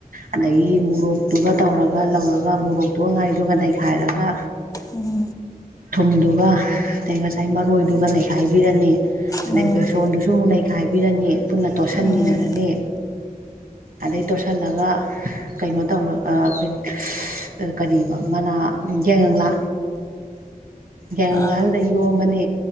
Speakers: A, on the right (about 75°); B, on the left (about 25°).
A: ꯑꯗꯒꯤ ꯃꯣꯔꯣꯛꯇꯨꯒ ꯇꯧꯔꯒ ꯂꯧꯔꯒ ꯃꯣꯔꯣꯛꯇꯨꯒ ꯉꯥꯏꯗꯨꯒ ꯅꯩꯈꯥꯏꯔꯒ
B: ꯎꯝ
A: ꯊꯨꯝꯗꯨꯒ ꯑꯗꯩ ꯉꯁꯥꯏ ꯃꯔꯣꯏꯗꯨꯒ ꯅꯩꯈꯥꯏꯕꯤꯔꯅꯤ
B: ꯎꯝ
A: ꯑꯗꯩ ꯕꯦꯁꯣꯟꯗꯨꯁꯨ ꯑꯃꯨꯛ ꯅꯩꯈꯥꯏꯕꯤꯔꯅꯤ ꯄꯨꯟꯅ ꯇꯣꯠꯁꯤꯟꯃꯤꯟꯅꯔꯅꯤ
B: ꯎꯝ
A: ꯑꯗꯩ ꯇꯣꯠꯁꯤꯜꯂꯒ ꯀꯩꯅꯣ ꯇꯧꯔꯒ ꯑꯩꯈꯣꯏ ꯀ ꯃꯅꯥ ꯌꯥꯏꯉꯪꯂꯥ ꯌꯥꯉꯡꯂꯥꯗꯨꯗ
B: ꯑꯥ
A: ꯌꯣꯝꯝꯕꯅꯤ